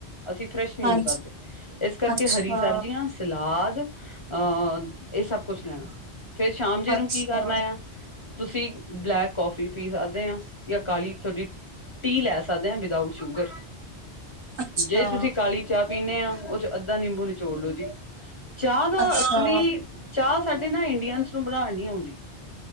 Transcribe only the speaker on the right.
ਹਾਂਜੀ।
ਅੱਛਾ,
ਅੱਛਾ,
ਅੱਛਾ,
ਅੱਛਾ,